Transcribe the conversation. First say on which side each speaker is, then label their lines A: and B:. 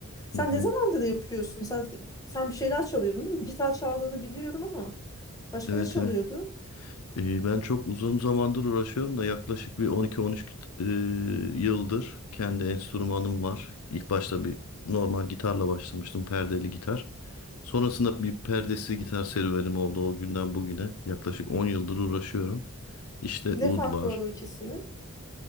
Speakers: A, on the left; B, on the left.
A: Sen
B: Hı hı.
A: ne zamandır yapıyorsun? Mesela sen bir şeyler çalıyordun değil mi? Gitar çaldığını biliyorum ama başka
B: Evet
A: ne çalıyordun?
B: evet. Ee, ben çok uzun zamandır uğraşıyorum da yaklaşık bir 12-13 e, yıldır kendi enstrümanım var. İlk başta bir normal gitarla başlamıştım perdeli gitar. Sonrasında bir perdesiz gitar serüvenim oldu o günden bugüne. Yaklaşık 10 yıldır uğraşıyorum. İşte
A: Ne
B: ud
A: farkı
B: var.
A: var o ikisinin?